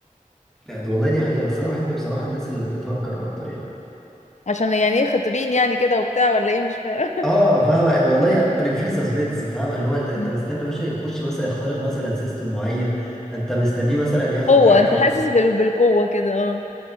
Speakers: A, in the centre; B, on the left.
A: يعني دي- والله دي حقيقة بس أنا بحب بصراحة الناس اللي بتهكر أكتر يعني
B: عشان يعني ايه خطيبين يعني كده وبتاع ولا ايه مش فاهم
A: اه فاهم والله يعني في سسبنس فاهم اللي هو ده
B: <laughs>
A: انت مستني باشا يخش مثلا يخترق مثلا سيستم معين انت مستنيه مثلا ياخد
B: قوة
A: حاجه
B: انت
A: م-
B: حاسس بال- بالقوة كده اه